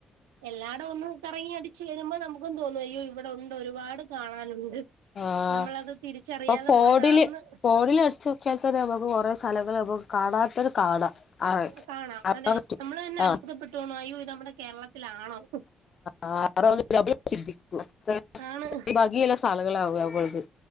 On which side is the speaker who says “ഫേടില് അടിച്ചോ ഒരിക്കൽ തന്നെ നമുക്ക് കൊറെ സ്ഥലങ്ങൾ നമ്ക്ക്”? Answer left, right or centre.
Left